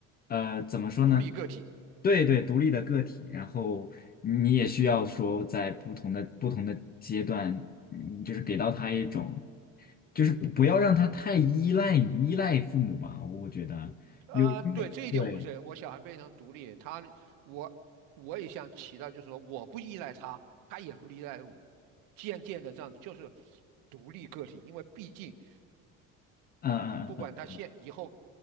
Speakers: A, on the left; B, on the right.
A: 呃，怎么说呢？
B: 独立个体。
A: 对对，独立的个体，然后你也需要说在不同的不同的阶段，嗯，就是给到他一种，就是不不要让他太依赖依赖父母吧，我觉得有因为对，
B: 呃，对，这一点我们是，我小孩非常独立，他我我也想起到，就是说我不依赖他，他也不依赖我，渐渐的这样子就是独立个体，因为毕竟
A: 嗯嗯嗯
B: 不管他现以后